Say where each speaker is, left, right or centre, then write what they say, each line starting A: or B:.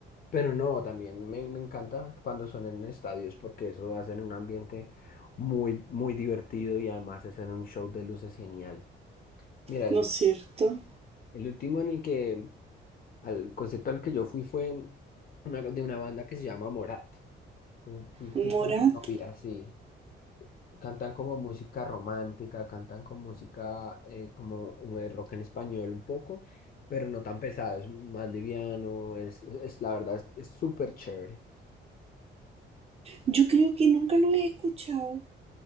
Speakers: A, on the left; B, on the right.
A: Pero no, también me, me encanta cuando son en estadios porque eso hacen un ambiente muy, muy divertido y además hacen un show de luces genial. Mira, el,
B: ¿no es cierto?
A: el último en el que, al concierto al que yo fui fue una- de una banda que se llama Morat. Fui, fui, fui
B: Morat,
A: con mi novia, sí. Cantan como música romántica, cantan con música eh, como un eh, rock en español un poco, pero no tan pesado, es más liviano, es, es la verdad, es es súper chévere.
B: yo creo que nunca lo he escuchado.